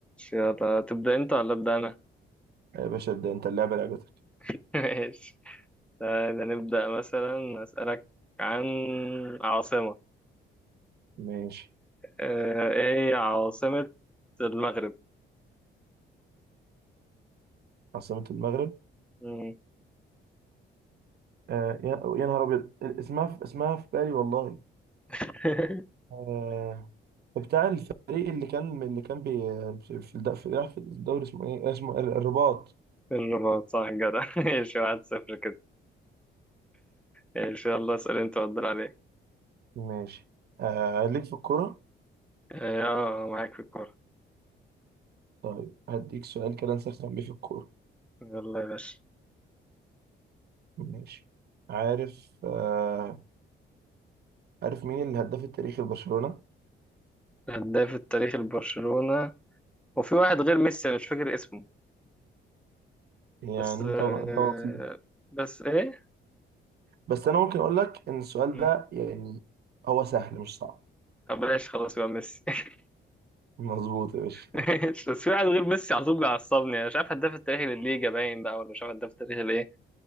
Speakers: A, in the centre; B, on the right (about 55°).
A: يلا تبدأ انت ولا ابدأ انا
B: يا باشا ابدا انت اللعبه لعبتك
A: <laughs> ماشي تعالى نبدأ مثلا اسألك عن عاصمة
B: ماشي
A: آه ايه هي عاصمة المغرب
B: عاصمه المغرب
A: مم.
B: آه يا يا نهار ابيض اسمها في... اسمها في بالي والله
A: <laughs>
B: آه بتاع الفريق اللي كان اللي كان بي... في الد... في في الدوري اسمه ايه اسمه الرباط
A: الرباط صح جدع <laughs> ماشي واحد صفر كده ان شاء الله اسال انت وادر عليك
B: ماشي آه ليك في الكوره
A: اه آه، معاك في الكوره
B: طيب هديك سؤال كده نسخن بيه في الكورة
A: يلا يا باشا
B: ماشي عارف آه عارف مين الهداف التاريخي لبرشلونة؟
A: هداف التاريخ لبرشلونه وفي واحد غير ميسي انا مش فاكر اسمه
B: يعني
A: بس آه
B: انت انت ونصيب
A: بس ايه
B: بس انا ممكن اقول لك ان السؤال
A: مم.
B: ده يعني هو سهل مش صعب
A: طب بلاش خلاص يبقى ميسي <laughs>
B: مظبوط يا باشا
A: ماشي، بس في واحد غير ميسي على طول بيعصبني انا مش عارف هداف التاريخ للليجا باين بقى ولا مش عارف هداف التاريخ الايه